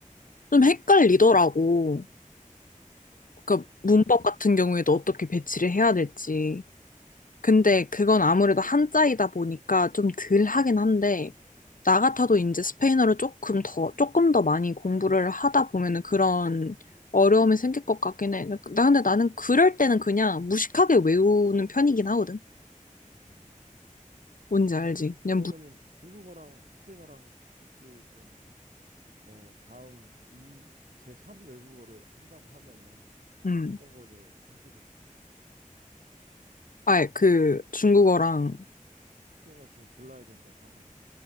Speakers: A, on the left; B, on the right.
A: 좀 헷갈리더라고. 그러니까 문법
B: 음.
A: 같은 경우에도 어떻게 배치를 해야 될지. 근데 그건 아무래도 한자이다 보니까 좀 덜 하긴 한데, 나 같아도 이제 스페인어를 조금 더, 조금 더 많이 공부를 하다 보면은 그런 어려움이 생길 것 같긴 해. 나 근데 나는 그럴 때는 그냥 무식하게 외우는 편이긴 하거든.
B: 음.
A: 뭔지 알지? 그냥
B: 그러면은
A: 무,
B: 중국어랑 스페인어랑 같이 좀 어 다음 이 제3 외국어로 한다고 하면은
A: 음.
B: 어떤 거를 해보고 싶은데
A: 아예 그 중국어랑
B: 스페인어 중에 골라야 된다고 하면은